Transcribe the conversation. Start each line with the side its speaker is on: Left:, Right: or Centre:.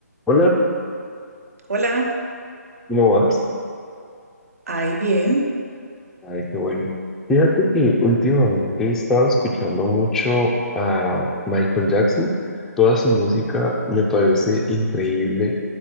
Centre: Hola,
Right: Hola,
Centre: ¿cómo vas?
Right: ahí bien.
Centre: Ay, qué bueno. Fíjate que últimamente he estado escuchando mucho a Michael Jackson. Toda su música me parece increíble